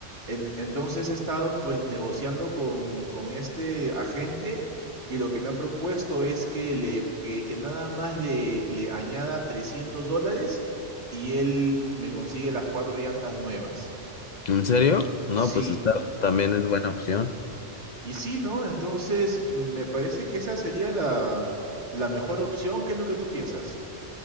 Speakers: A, on the right; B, on the left.
A: En- entonces he estado pues negociando con, con este agente y lo que me ha propuesto es que, le, que, que nada más le, le añada 300 dólares y él me consigue las cuatro llantas nuevas.
B: ¿En serio? No,
A: Sí,
B: pues esta también es buena opción.
A: Y sí, ¿no? Entonces me parece que esa sería la, la mejor opción. ¿Qué es lo que tú piensas?